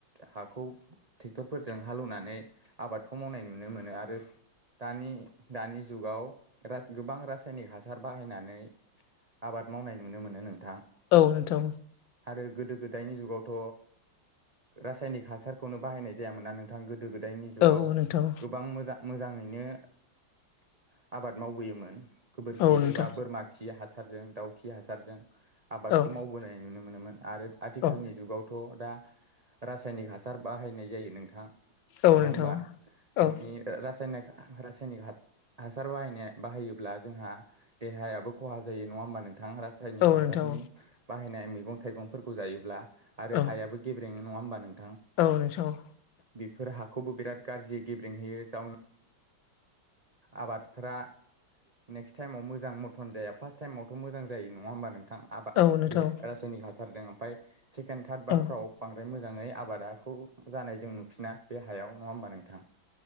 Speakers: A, on the right; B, on the left.
A: हाखौ थेक्टरफोरजों हालौवनानै आबादखौ मावनाय नुनो मोनो आरो। दानि दानि जुगाव रास गोबां रासायनिक हासार बाहायनानै आबाद मावनाय नुनो मोनो नोंथां।
B: औ नोंथां
A: आरो गोदो गोदायनि जुगावथ' रासायनिक हासारखौनो बाहायनाय जायामोनना नोंथां गो गोदो गोदायनि जुगाव
B: औ नोंथां
A: गोबां मोजा मोजाङै नो <unintelligible> आबाद मावबोयोमोन गोबोरखि
B: औ नोंथां
A: एबा बोरमाखि हास रजों दाउखि हासारजों आबादखौ
B: औ
A: मावबोनाय नुनो मोनोमोन आरो आथिखालनि
B: औ
A: जुगाव दा रासायनिक हासार बाहायनाय जायो नोंथां।
B: औ
A: नङा
B: नोंथां
A: हमबा? बिनि
B: औ
A: रासायनिक रासायनिक हा- हासार <unintelligible> बाहायोब्ला जोंहा देहायाबो खहा जायो नङा होमबा नों थां रासायनिक
B: औ
A: हासारनि
B: नोंथां
A: बाहायनाय मैगं थाइगंफोरखौ जायोब्ला आरो
B: औ
A: हायाबो गेब्रेङो नङा होनबा नों
B: औ नों <unintelligible>
A: बेफोर हाखौबो बिराद गाज्रि गेब्रेंहैयो जावन आबादफ्रा नेक्स्ट टाइमाव मोजां मथन जाया फार्स्ट टाइमावथ' मोज जायोङा होमब नों थां आबाद
B: औ नोंथां
A: बे रासायनिक हासारजों ओमफ्राय सेकेण्ड थार्ड बारफ्राव
B: औ
A: बांद्राय मोजां मोजाङै आबादाखौ जानाय जों नुफिना। बे हायाव नङा होमबा नोंथां?